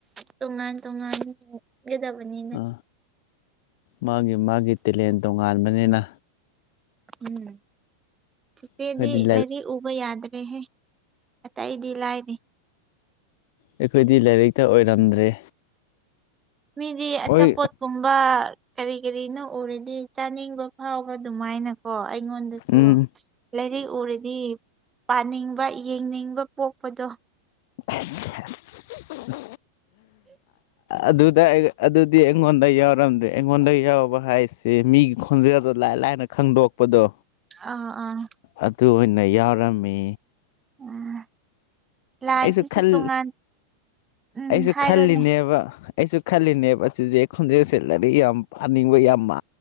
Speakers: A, on the right; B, on the left.
A: ꯇꯣꯉꯥꯟ ꯇꯣꯉꯥꯟ ꯒꯦꯗꯕꯅꯤ
B: ꯑ ꯃꯥꯒꯤ ꯃꯥꯒꯤ ꯇꯦꯂꯦꯟ ꯇꯣꯉꯥꯟꯕꯅꯤꯅ
A: ꯎꯝ ꯆꯦꯆꯦꯗꯤ
B: ꯑꯩꯈꯣꯏꯗꯤ
A: ꯂꯩꯥꯏꯔꯤꯛ ꯎ ꯌꯥꯗ꯭ꯔꯦꯍꯦ ꯑꯇꯩ ꯑꯩꯗꯤ ꯂꯥꯏꯅꯦ
B: ꯑꯩꯈꯣꯏꯗꯤ ꯂꯥꯏꯔꯤꯛꯇ ꯑꯣꯏꯔꯝꯗ꯭ꯔꯦ
A: ꯃꯤꯗꯤ ꯑꯆꯥ
B: ꯍꯣꯏ
A: ꯄꯣꯠꯀꯨꯝ ꯀꯔꯤ ꯀꯔꯤꯅꯣ ꯎꯔꯗꯤ ꯆꯥꯅꯤꯡꯕ ꯐꯥꯎꯕ ꯑꯗꯨꯃꯥꯏꯅ ꯑꯣ ꯑꯩꯉꯣꯟꯗꯁꯨ
B: ꯎꯝ
A: ꯂꯥꯏꯔꯤꯛ ꯎꯔꯗꯤ ꯄꯥꯅꯤꯡꯕ ꯌꯦꯡꯅꯤꯡꯕ ꯄꯣꯛꯄꯗꯣ
B: ꯑꯁ ꯑꯁ ꯑꯗꯨꯗ ꯑꯗꯨꯗꯤ ꯑꯩꯉꯣꯟꯗ ꯌꯥꯎꯔꯝꯗ꯭ꯔꯦ ꯑꯩꯉꯣꯟꯗ ꯌꯥꯎꯕ ꯍꯥꯏꯁ ꯁꯤ ꯃꯤꯒꯤ ꯈꯣꯟꯖꯦꯜꯗꯣ ꯂꯥꯏ ꯂꯥꯏꯅ ꯈꯪꯗꯣꯛꯄꯗꯣ
A: ꯑꯥ ꯑꯥ
B: ꯑꯗꯨ ꯑꯣꯏꯅ ꯌꯥꯎꯔꯝꯃꯤ
A: ꯎꯝ ꯂꯥꯏꯁꯤꯁꯨ
B: ꯑꯩꯁꯨ ꯈꯜ
A: ꯇꯣꯉꯥꯟ ꯎꯝ
B: ꯑꯩꯁꯨ
A: ꯍꯥꯏꯔꯣꯅꯦ
B: ꯈꯜꯂꯤꯅꯦꯕ ꯑꯩꯁꯨ ꯈꯜꯂꯤꯅꯦꯕ ꯆꯨꯆꯦ ꯈꯣꯟꯖꯦꯜ ꯁꯦ ꯂꯥꯢꯔꯤꯛ ꯌꯥꯝ ꯐꯥꯅꯤꯡꯕ ꯌꯥꯝ ꯃꯥ